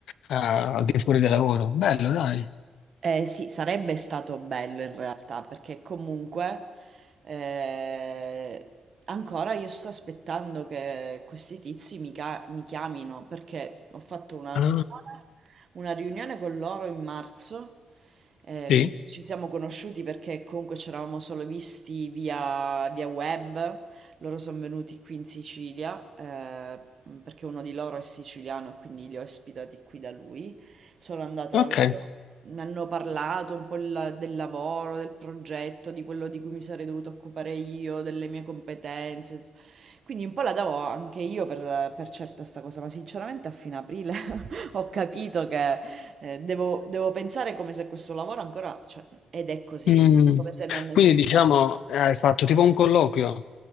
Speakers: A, on the left; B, on the right.
A: eh, al di fuori del lavoro. Bello, dai.
B: Eh, sì, sarebbe stato bello in realtà, perché comunque eh, ancora io sto aspettando che questi tizi mi, ca- mi chiamino, perché ho fatto una riunione
A: Ah,
B: una riunione con loro in marzo, eh,
A: sì.
B: quindi ci siamo conosciuti perché comunque ci eravamo solo visti via, via web, loro sono venuti qui in Sicilia, eh, perché uno di loro è siciliano e quindi li ho ospitati qui da lui, sono andata
A: Ok,
B: da loro. Mi hanno parlato un po' il- del lavoro, del progetto, di quello di cui mi sarei dovuta occupare io, delle mie competenze. Quindi un po' la davo anche io per, per certa sta cosa, ma sinceramente a fine aprile ho capito che eh, devo, devo pensare come se questo lavoro ancora, cioè, ed è così,
A: Mm.
B: come se non esistesse.
A: Quindi diciamo eh, hai fatto tipo un colloquio,